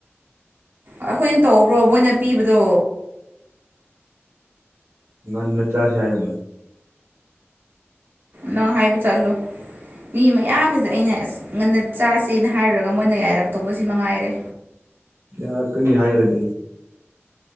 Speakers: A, on the right (about 50°); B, on the right (about 80°).
A: ꯑꯩꯈꯣꯏꯅ ꯇꯧꯕ꯭ꯔꯣ ꯃꯣꯏꯅ ꯄꯤꯕꯗꯣ
B: ꯅ ꯆꯆꯥꯁꯤ ꯍꯥꯏꯌꯣꯅꯦ
A: ꯅꯪ ꯍꯥꯏꯕ ꯆꯠꯂꯨ ꯃꯤ ꯃꯌꯥꯝꯁꯤꯗ ꯑꯩꯅ ꯑꯁ ꯉꯟꯅ ꯆꯥꯁꯦꯅ ꯍꯥꯏꯔꯨꯔꯒ ꯃꯣꯏꯅ ꯌꯥꯏꯔꯛꯇꯧꯕꯁꯤ ꯃꯉꯥꯏꯔꯦ
B: ꯌꯥꯔꯛꯀꯅꯤ ꯍꯥꯏꯔꯗꯤ